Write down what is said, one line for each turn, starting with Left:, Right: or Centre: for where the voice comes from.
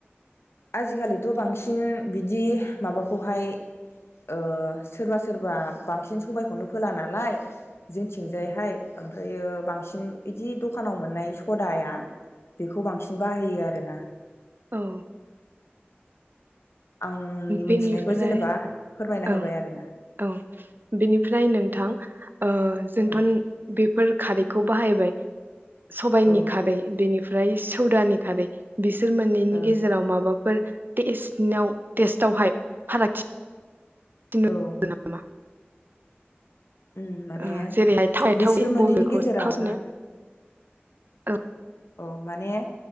Left: आजिखालिथ' बांसिन बिदि माबाखौहाय ओ सोरबा सोरबा बांसिन सबबायखौनो फोला नालाय जोंथिंजाय हाय ओमफ्रायो बांसिन इदि दखानाव मोन्नाय स खदाया बेखौ बांसिन बाहायो आरोना।
Right: औ
Left: आंनि मोनथिनायखौ
Right: बेनिफ्राय
Left: जेनेबा फोरमायना
Right: औ
Left: होबाय आरोना
Right: औ बेनिफ्राय नोंथां ओ जोंथ'
Left: ओं
Right: बेफोर खारै खौ बाहायबाय। सबाइनि
Left: औ
Right: खारै बेनि ओमफ्राय सौदानि खारै बिसोर मोननैनि
Left: ओं
Right: गेजेराव माबा फोर <unintelligible> टेस्टावहाय फारागथि
Left: औ
Right: <inaudible>
Left: ओम माने
Right: ओ जेरैहाय थावै
Left: बिसोर
Right: थावै
Left: मोननैनि
Right: बबेखौ
Left: गेजेराव
Right: थावसिनो
Left: ना?
Right: औ
Left: औ माने